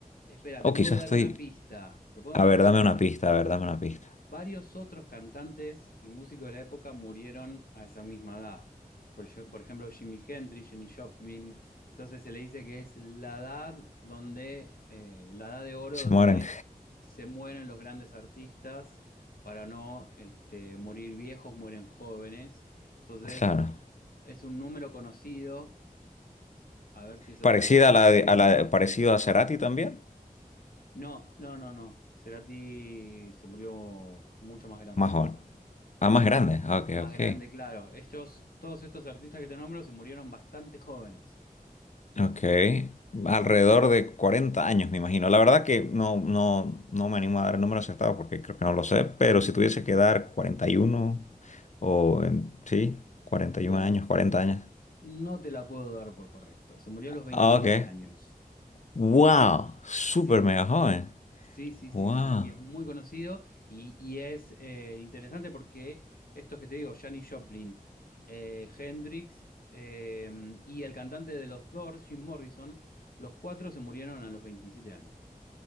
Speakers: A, on the left; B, on the left.
A: Espera,
B: O
A: te puedo
B: quizás
A: dar
B: estoy
A: una pista, te puedo
B: A
A: dar una
B: ver,
A: pista.
B: dame una pista, a ver, dame una pista.
A: Varios otros cantantes y músicos de la época murieron a esa misma edad. Por, ej- por ejemplo, Jimi Hendrix, Jenny Joplin. Entonces se le dice que es la edad donde, eh, la edad de oro
B: Se
A: donde
B: mueren.
A: se mueren los grandes artistas para no este, morir viejos, mueren jóvenes. Entonces
B: Claro.
A: es un número conocido. A ver si eso
B: Parecida
A: te ayuda.
B: a la de, a la de- parecido a Cerati también.
A: No, no, no, no. Cerati se murió mucho más grande.
B: Más joven. Ah, más grande. Ah, Ok,
A: Más
B: ok.
A: grande, claro. estos todos estos artistas que te nombro, se murieron bastante jóvenes.
B: Ok. Alrededor de 40 años, me imagino. La verdad que no, no, no me animo a dar el número acertado porque creo que no lo sé, pero si tuviese que dar 41 o en- sí, 41
A: Mm. Bueno,
B: años, cuarenta años.
A: no te la puedo dar por correcto. Se murió a los veintisiete
B: Ah, Ok.
A: años.
B: Wow, súper
A: Sí,
B: mega joven.
A: sí, sí, sí,
B: Wow.
A: sí. Y es muy conocido y, y es eh, interesante porque estos que te digo, Janis Joplin, eh, Hendrix eh, y el cantante de los Doors, Jim Morrison, los cuatro se murieron a los veintisiete años.